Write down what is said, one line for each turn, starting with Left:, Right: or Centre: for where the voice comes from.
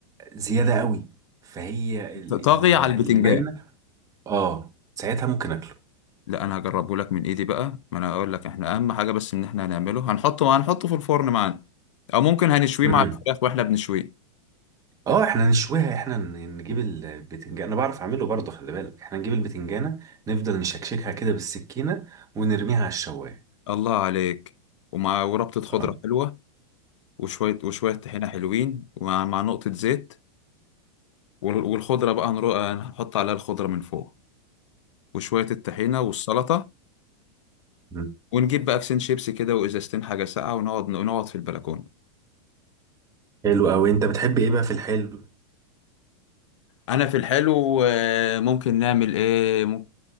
Right: زياده قوي فهي ال-
Left: ط- طاغيه
Right: ال-
Left: على
Right: اللي
Left: البتنجان
Right: باينه اه ساعتها ممكن اكله
Left: لا انا هجربه لك من ايدي بقى ما انا اقول لك احنا اهم حاجه بس ان احنا هنعمله هنحطه هنحطه في الفرن معانا او ممكن هنشويه
Right: امم
Left: مع الفراخ واحنا بنشويه
Right: اه احنا نشويها احنا ن- نجيب البتنجان انا بعرف اعمله برضه خلي بالك احنا نجيب البتنجانه نفضل نشكشكها كده بالسكينه ونرميها على الشوايه
Left: الله عليك ومع وربطه خضره
Right: اه
Left: حلوه وشويه وشويه طحينه حلوين ومع مع نقطه زيت وال- والخضره بقى هنرو... هنحط عليها الخضره من فوق وشويه الطحينه والسلطه
Right: مم.
Left: ونجيب بقى كيسين شيبسي كده وازازتين حاجه ساقعه ونقعد نقعد في البلكونه
Right: حلو قوي انت بتحب ايه بقى في الحلو
Left: انا في الحلو آه، ممكن نعمل ايه مم-